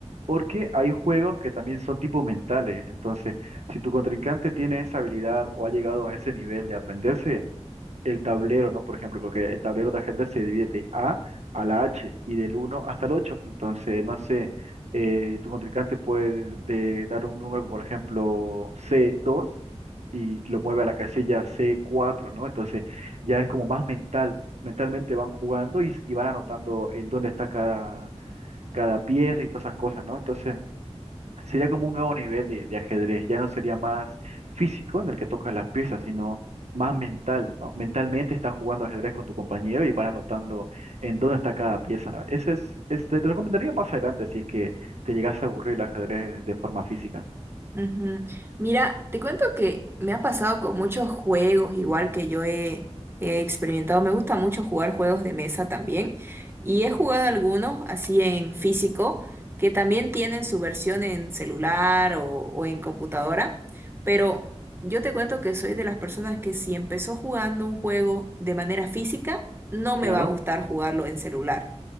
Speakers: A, on the right; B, on the right.
A: porque hay juegos que también son tipo mentales. Entonces, si tu contrincante tiene esa habilidad o ha llegado a ese nivel de aprenderse, el tablero, ¿no? Por ejemplo, porque el tablero de ajedrez se divide de A a la H y del uno hasta el ocho Entonces, no sé, eh, tu contrincante puede de- dar un número como por ejemplo c dos y lo mueve a la casilla c cuatro ¿no? Entonces, ya es como más mental. Mentalmente van jugando y, y van anotando en dónde está cada, cada pieza y todas esas cosas, ¿no? Entonces, sería como un nuevo nivel de, de ajedrez. Ya no sería más físico en el que tocas las piezas, sino más mental, ¿no? Mentalmente estás jugando ajedrez con tu compañero y van anotando en dónde está cada pieza. ¿no? Ese es, es- te recomendaría más adelante si es que te llegas a aburrir el ajedrez de forma física.
B: Ujú. Mira, te cuento que me ha pasado con muchos juegos, igual que yo he, he experimentado. Me gusta mucho jugar juegos de mesa también. Y he jugado algunos así en físico, que también tienen su versión en celular o, o en computadora. Pero yo te cuento que soy de las personas que si empezó jugando un juego de manera física, no me
A: Claro.
B: va a gustar jugarlo en celular.